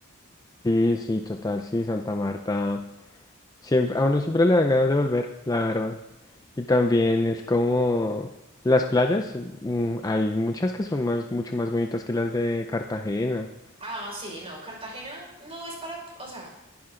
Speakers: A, on the left (about 20°); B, on the right (about 30°).
A: Sí, sí, total, sí, Santa Marta. Siempre, a uno siempre le dan ganas de volver, la verdad. Y también es como las playas, mm, hay muchas que son más, mucho más bonitas que las de Cartagena.
B: Ah, sí, no, Cartagena no es para, o sea,